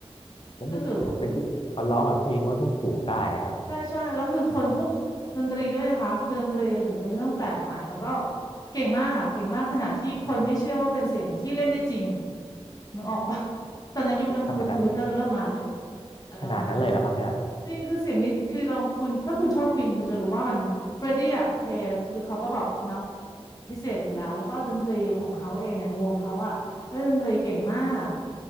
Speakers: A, on the left; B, on the left.
A: แล้วถึงเฟดดี้เขาร้องแบบเพลงโน้ตต้องสูงๆได้ครับ
B: ก็คือ ใช่ใช่แล้วคือคนพวกดนตรีด้วยนะคะคือดนตรีถือเป็นเรื่องแปลกใหม่แล้วก็เก่งมากอ่ะเก่งมากขนาดที่คนไม่เชื่อว่าเป็นเสียงที่เล่นได้จริงนึกออกปะ <laughs> ตอนนั้นยุคนั้นคอมพิวคอมพิวเตอร์เริ่มมาแล้ว
A: ขนาดนั้น
B: อะไรประมาณนั้น
A: ขนาดนั้นเลยเหรอครับเนี่ย
B: จริงคือเสียงนี้คือลองคุณถ้าคุณชอบควีนคุณจะรู้ว่ามันเฟรดดี้อ่ะโอเคคือเขาก็แบบเนาะพิเศษอยู่แล้วแล้วก็ดนตรีของเขาเองเนี่ยวงเขาอ่ะเล่นดนตรีเก่งมาก